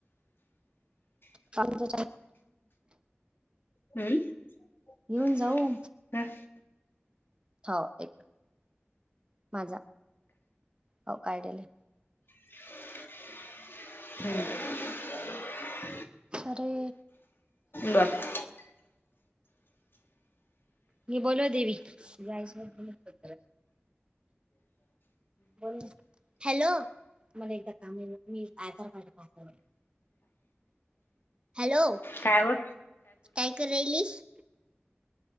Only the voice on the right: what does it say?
का
घेऊन जाऊ
हो एक माझा हो कायलं
खरे
मी बोलो देवी जायचत बोल हॅलो मला एकदा काम आहे मी आधार काड पा ह हॅलो
टायगर रेलीस